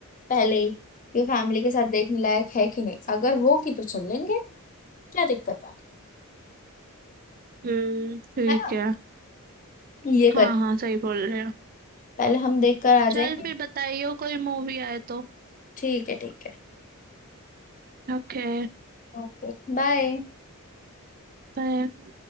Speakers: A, on the left; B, on the right.
A: पहले ही ये फैमिली के साथ देखने लायक है कि नहीं अगर होगी तो चल लेंगे क्या दिक्कत है
B: हम्म ठीक
A: है ना
B: है
A: ये
B: हाँ
A: करें
B: हाँ सही बोल रहे हो
A: पहले हम देख कर आ
B: चल
A: जाएंगे
B: फिर बताइयो कोई मूवी आए तो
A: ठीक है ठीक है
B: Okay
A: Okay bye
B: bye